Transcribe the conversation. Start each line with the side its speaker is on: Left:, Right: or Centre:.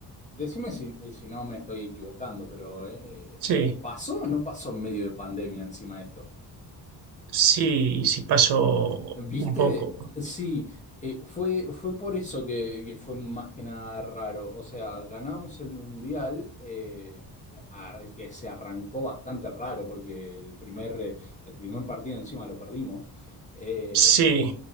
Left: decime si, eh, si no me estoy equivocando, pero eh, eh,
Right: Sí,
Left: eh, ¿pasó o no pasó en medio de pandemia encima esto?
Right: sí, sí pasó
Left: ¿Viste?
Right: un poco.
Left: Sí, eh, fue, fue por eso que, que fue más que nada raro. O sea, ganamos el mundial, eh, ar- que se arrancó bastante raro, porque el primer, eh, el primer partido encima lo perdimos. Eh,
Right: Sí,